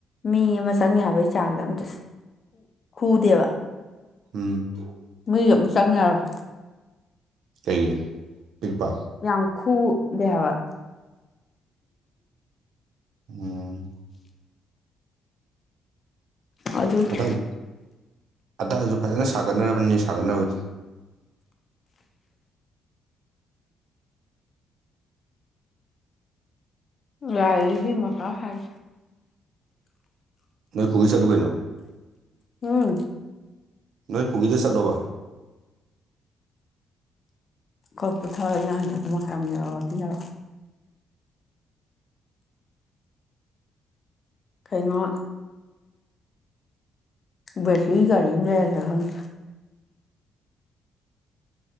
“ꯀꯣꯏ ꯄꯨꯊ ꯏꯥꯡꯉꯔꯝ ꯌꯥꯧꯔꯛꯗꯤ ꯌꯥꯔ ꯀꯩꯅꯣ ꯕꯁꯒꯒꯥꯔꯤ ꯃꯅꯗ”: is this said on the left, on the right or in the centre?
Left